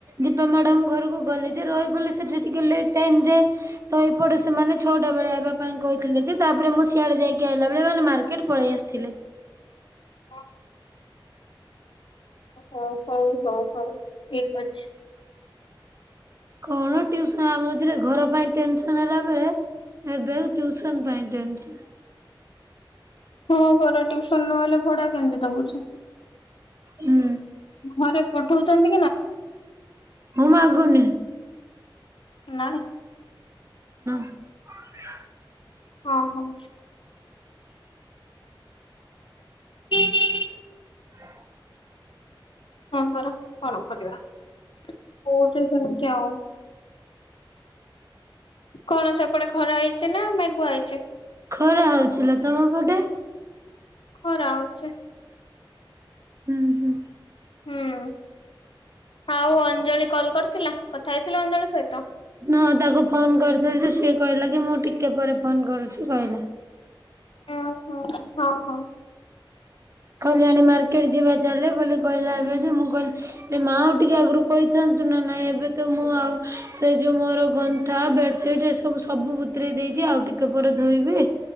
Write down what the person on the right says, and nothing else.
ଦୀପା ମଡ଼ାମ୍ ଘରକୁ ଗଲି ଯେ ରହିଗଲି ସେଠି ଟିକେ ଲେଟ୍‌ ଟାଇମ୍ ଯେ ତ ଏପଟେ ସେମାନେ ଛଅଟା ବେଳେ ଆଇବା ପାଇଁ କହିଥିଲେ ଯେ ତାପରେ ମୁଁ ସିଆଡ଼େ ଯାଇକି ଆଇଲାବେଳେ ମାନେ ମାର୍କେଟ୍ ପଳେଇ ଆସିଥିଲେ।
କଣ ଟ୍ୟୁସ ଆ ମଝିରେ ଘର ପାଇଁ ଟେନସନ୍ ହେଲା ବେଳେ ଏବେ ଆଉ ଟ୍ୟୁସନ୍ ପାଇଁ ଟେନ୍ସ।
ହୁଁ
ମୁଁ ମାଗୁନି।
ଆ <unintelligible>
ହ <unintelligible>
ଖରା ହଉଥିଲା ତମ ପଟେ
ହୁଁ ହୁଁ।
ନ ତାକୁ ଫୋନ୍ କରିଥିଲି ଯେ ସିଏ କଇଲା କି ମୁଁ ଟିକେ ପରେ ଫୋନ୍ କରୁଛି କହିଲା।
ଖଲ୍ୟାଣୀ ମାର୍କେଟ ଯିବା ଚାଲେ ବୋଲି କହିଲା ଏବେ ଯେ ମୁଁ କହିଲ୍ ମା ଆଉ ଟିକେ ଆଗରୁ କହିଥାନ୍ତୁ ନା। ନାଇଁ ଏବେ ତ ମୁଁ ଆଉ ସେ ଯୋଉ ମୋର ଗନ୍ଥା ବେଡସିଟ୍ ଏସବୁ ସବୁ ବୁତରେଇ ଦେଇଚି ଆଉ ଟିକେ ପରେ ଧୋଇବି।